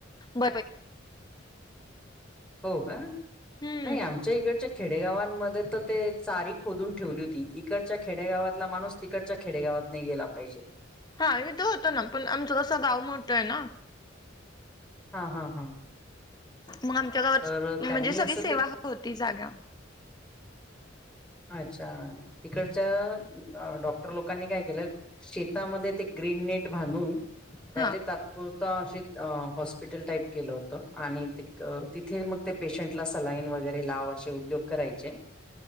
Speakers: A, on the left; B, in the centre.
A: <unintelligible>
B: हो का?
A: हम्म.
B: नाही आमच्या इकडचे खेडेगावांमध्ये तर ते चारी खोदून ठेवली होती इकडच्या खेडेगावातला माणूस तिकडच्या खेडेगावात नाही गेला पाहिजे.
A: हा इथं होतं ना पण आमचं कसं गाव मोठं आहे ना.
B: हा हा हा.
A: मग आमच्या गावात,
B: तर
A: म्हणजे
B: त्यांनी
A: सगळी
B: असं
A: सेवा
B: ते
A: होती जागा.
B: अच्छा इकडच्या डॉक्टर लोकांनी काय केलं शेतामध्ये ते ग्रीन नेट बांधून त्याचे
A: हा
B: तात्पुर त अशे अ हॉस्पिटल टाईप केलं होत आणि तिथ तिथे मग ते पेशंटला सलाईन वगैरे लाव अशे उद्योग करायचे.